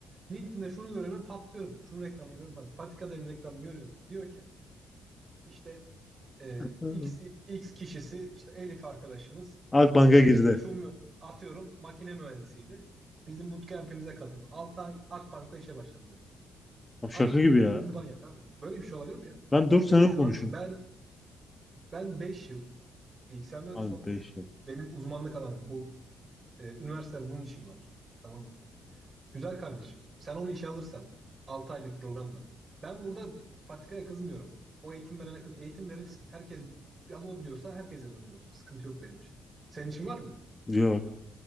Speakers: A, on the right; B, on the left.
A: LinkedIn'de şunu görüyorum ben patlıyorum. Şunun reklamını görüyorum. Ben Patika Devi reklamını görüyorum. Diyor ki işte E,
B: Hı.
A: X, X kişisi işte Elif arkadaşımız
B: Akbank'a
A: e,
B: girdi.
A: şu mü- atıyorum makine mühendisiydi. Bizim bootcamp'imize katıldı. 6 ay Akbank'ta işe başladı bugün.
B: Ya Şaka
A: Al işte
B: gibi
A: buyur
B: ya.
A: buradan yak abi. Böyle bir şey olabilir mi ya?
B: Ben 4
A: Böyle
B: sene
A: bir
B: okumuşum.
A: şey olabilir mi? Ben ben 5 yıl bilgisayar mühendisi
B: Abi
A: okumuşum.
B: 5
A: Benim uzmanlık alanım bu. E, üniversiteler bunun için var. Tamam mı? Güzel kardeşim. Sen onu işe alırsan 6 aylık programla. Ben burada Patika'ya kızmıyorum. O eğitim verene kız eğitim verirsin. Herkes yazılı biliyorsa herkes yazılımcı olsun. Sıkıntı yok benim için. Senin için var mı?
B: Yok.